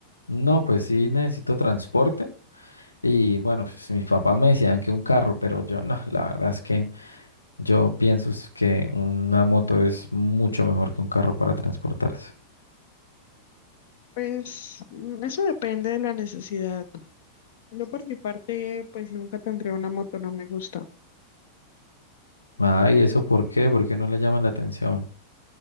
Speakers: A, on the left; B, on the left.
A: No, pues sí necesito transporte. Y bueno, pues mis papás me decían que un carro, pero yo no, la verdad es que yo pienso es que una moto es mucho mejor que un carro para transportarse.
B: Pues mm, eso depende de la necesidad. Yo por mi parte, pues nunca tendría una moto, no me gusta.
A: Ah, ¿y eso por qué? ¿Por qué no le llaman la atención?